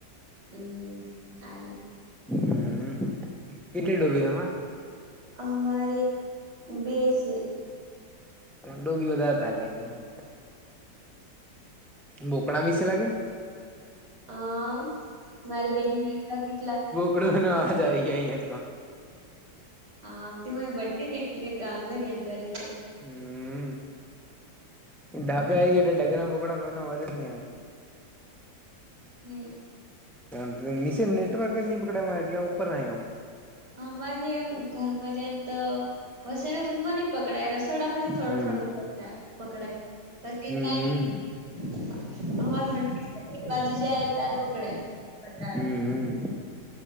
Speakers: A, on the right; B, in the centre.
A: હમ આલે.
B: હમ કેટલી ડૂબી તમારે?
A: અમારે બે સે.
B: અંડુ બી વધારે <unintelligible> એમાં બોકડા વિશે લાગે?
A: હા મારી બેનની <unintelligible> કેટલા
B: પડવાનો અવાજ આવી ગયો અહીયાં.
A: હા <unintelligible> બટ્ટી ને એટલે ગાંગર્યાં કરે છે.
B: હમા <unintelligible> તું આયવી એટલે ડગરા બોકડા કોઈ નો અવાજ જ ની આવે.
A: હમ.
B: કેમકે નિસે નેટવર્ક જ ની પકડાય, મેં એટલે ઉપર આયો હું.
A: અમારે એમ ઘરમાં જાય ન તો વસેના રૂમમાં ની પકડાય રસોડા માંથી થોડુંક
B: હમ
A: થોડુંક પકડાય પકડાય, વચ્ચે
B: હમ
A: ક્યાંય અમાર ઘંટી ક એ બાજુ જાય તાર પકડાય <unintelligible>
B: હમ્મ